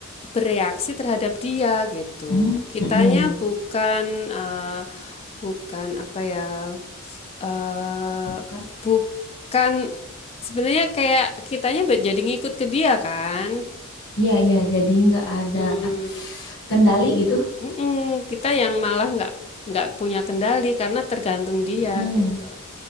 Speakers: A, on the left (about 30°); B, on the left (about 55°).
A: bereaksi terhadap dia gitu.
B: Hmm,
A: Kitanya
B: mm-mm.
A: bukan eh, bukan apa ya? eh
B: Bukan.
A: bukan sebenarnya kayak kitanya ba- jadi ngikut ke dia kan.
B: Iya iya, jadi nggak ada
A: Hmm,
B: kendali gitu.
A: Mm-mm, kita yang malah nggak nggak punya kendali karena tergantung dia
B: mm
A: gitu.